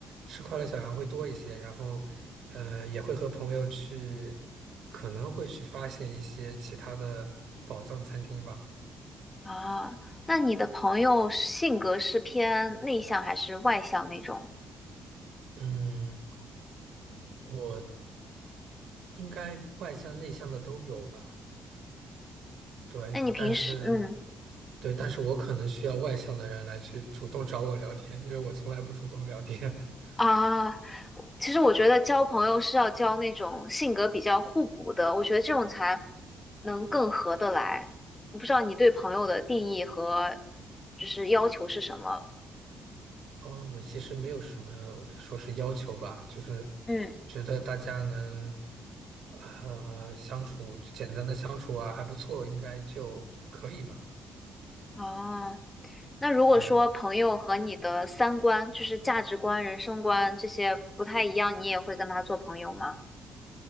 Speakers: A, on the right; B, on the left.
A: 吃快乐小羊会多一些，然后，呃，也会和朋友去，可能会去发现一些其他的宝藏餐厅吧。
B: 啊，那你的朋友性格是偏内向还是外向那种？
A: 嗯，我应该外向内向的都有吧？对，
B: 那你平时，
A: 但是。
B: 嗯，
A: 对，但是我可能需要外向的人来去主动找我聊天，因为我从来不主动聊天。<laughs>
B: 啊，其实我觉得交朋友是要交那种性格比较互补的，我觉得这种才能更合得来。我不知道你对朋友的定义和就是要求是什么？
A: 呃，我其实没有什么说是要求吧，就是
B: 嗯，
A: 觉得大家能呃相处，就简单的相处啊，还不错，应该就可以吧。
B: 啊，那如果说朋友和你的三观，
A: 对，
B: 就是价值观、人生观这些不太一样，你也会跟他做朋友吗？